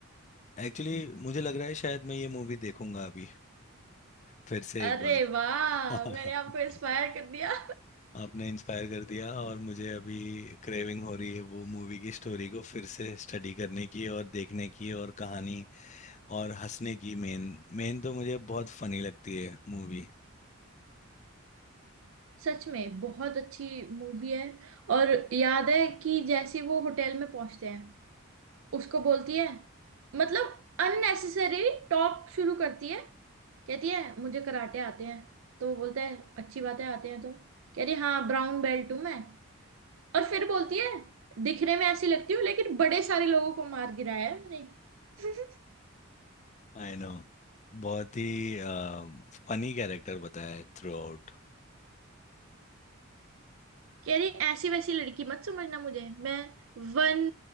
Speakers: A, on the left; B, on the right.
A: एक्चुअली मुझे लग रहा है शायद मैं ये मूवी देखूंगा अभी फिर से
B: अरे
A: एक बार
B: वाह
A: <laughs>
B: मैंने आपको इंस्पायर कर दिया
A: आपने इंस्पायर कर दिया और मुझे अभी क्रेविंग हो रही है वो मूवी की स्टोरी को फिर से स्टडी करने की और देखने की और कहानी और हंसने की मेन मेन तो मुझे बहुत फनी लगती है मूवी
B: सच में बहुत अच्छी मूवी है और याद है कि जैसे वो होटल में पहुंचते हैं उसको बोलती है मतलब अननेसेसरी टॉक शुरू करती है कहती है मुझे कराटे आते हैं तो वो बोलता है अच्छी बात है आते हैं तो कह रही हाँ ब्राउन बेल्ट हूँ मैं और फिर बोलती है दिखने में ऐसी लगती हूँ लेकिन बड़े सारे लोगों को मार गिराया है मैंने <laughs>
A: I know <laughs> बहुत ही फनी कैरेक्टर बताया है थ्रू आउट
B: कह रही ऐसी वैसी लड़की मत समझना मुझे मैं वन